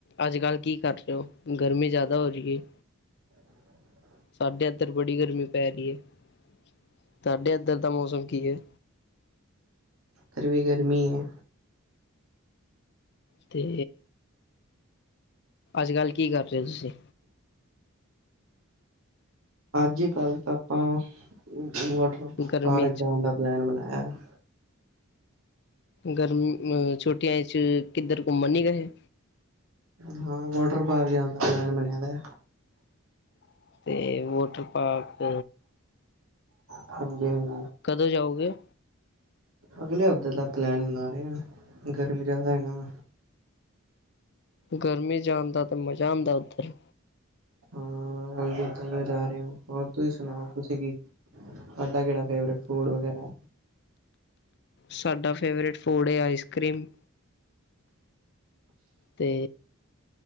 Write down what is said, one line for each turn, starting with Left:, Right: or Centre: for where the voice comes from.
Left: ਅੱਜ ਕੱਲ੍ਹ ਕੀ ਕਰ ਰਹੇ ਹੋ ਗਰਮੀ ਜ਼ਿਆਦਾ ਹੋ ਰਹੀ ਹੈ
Right: <unintelligible>
Left: ਸਾਡੇ ਇੱਧਰ ਬੜੀ ਗਰਮੀ ਪੈ ਰਹੀ ਹੈ ਇੱਧਰ ਦਾ ਮੌਸਮ ਕੀ ਹੈ
Right: ਗਰਮੀ ਵੀ ਗਰਮੀ ਹੈ
Left: ਤੇ ਅੱਜ ਕੱਲ੍ਹ ਕੀ ਕਰ ਰਹੇ ਹੋ ਤੁਸੀਂ
Right: ਅੱਜ ਕੱਲ ਤਾਂ ਆਪਾਂ ਵਾਟਰ
Left: ਗਰਮੀ
Right: ਪਾਰਕ
Left: 'ਚ
Right: ਜਾਣ ਦਾ ਪਲੈਨ ਬਣਾਇਆ <inaudible>
Left: ਗਰਮੀ ਅ ਛੁੱਟੀਆਂ ਚ ਕਿੱਧਰ ਘੁੰਮਣ ਨੀ ਗਏ?
Right: ਹਾਂ ਵੋਟਰ ਪਾਰਕ ਜਾਣ ਦਾ ਪਲੈਨ ਬਣਿਆ ਵਾ।
Left: ਅਤੇ ਵੋਟਰ ਪਾਰਕ।
Right: ਹਾਂ ਜੀ ਹਾਂ ਜੀ।
Left: ਕਦੋਂ ਜਾਉਗੇ?
Right: ਅਗਲੇ ਹਫ਼ਤੇ ਦਾ ਪਲੈਨ ਬਣਾ ਰਿਹਾ ਹਾਂ। ਗਰਮੀ ਜ਼ਿਆਦਾ ਹੈ ਨਾ।
Left: ਗਰਮੀ ਚ ਜਾਣਦਾ ਤੇ ਮਜ਼ਾ ਆਉਂਦਾ ਉੱਧਰ।
Right: ਹਾਂ ਤਾਂ ਜਾ ਰਹੇ ਹਾਂ। ਹੋਰ ਤੁਸੀਂ ਸੁਣਾਓ ਤੁਸੀੇ ਕੀ। ਤੁਹਾਡਾ ਕਿਹੜਾ ਫੇਵਰੇਟ ਫੂਡ ਵਗੈਰਾ?
Left: ਸਾਡਾ ਫੇਵਰੇਟ ਫੂਡ ਐ ਆਈਸ ਕਰੀਮ। ਤੇ।